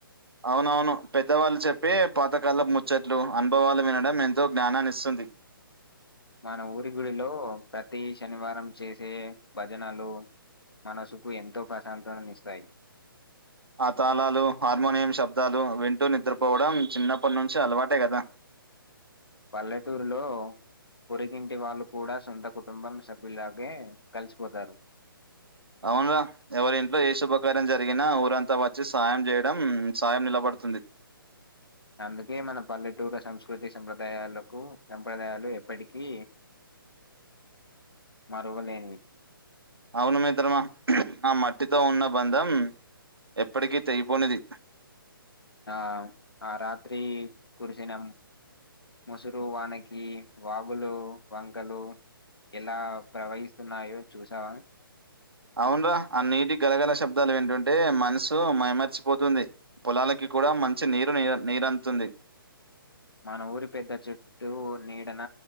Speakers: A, on the right; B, on the left.
A: అవునవును పెద్దవాళ్ళు చెప్పి పాతకల్ప ముచ్చట్లు అనుభవాలు వినడం ఎంతో జ్ఞానాన్నిస్తుంది
B: మన ఊరి గుడిలో ప్రతి శనివారం చేసే భజనలు మనసుకు ఎంతో ప్రశాంతత్నిస్తాయి
A: ఆ తాళాలు హార్మోనియం శబ్దాలు వింటూ నిద్రపోవడం చిన్నప్పటి నుంచి అలవాటే కదా
B: పల్లెటూరులో పొరిగింటి వాళ్ళు కూడా సొంత కుటుంబం సభ్యులాగే కలిసిపోతారు
A: అవున్రా ఎవరి ఇంట్లో ఏ శుభకార్యం జరిగినా ఊరంతా వచ్చి సాయం చేయడం సాయం నిలబడుతుంది
B: అందుకే మన పల్లెటూరు సంస్కృ ప్రకృతి సంప్రదాయాలకు సంప్రదాయాలు ఎప్పటికీ మరువలేన్వి
A: అవును మిత్రమా ఆ మట్టితో ఉన్న బంధం ఎప్పటికీ తెగిపోనిది
B: ఆ ఆ రాత్రి కురిసిన ముసురు వానకి వాగులు వంకలు ఎలా ప్రవహిస్తున్నాయో చూసావా
A: అవున్రా ఆ నీటి గలగల శబ్దాలు విన్టంటే మనసు మైమర్చిపోతుంది పొలాలకి కూడా మంచి నీరు నిరంధుతుంది
B: మన ఊరి పెద్ద చుట్టు నీడన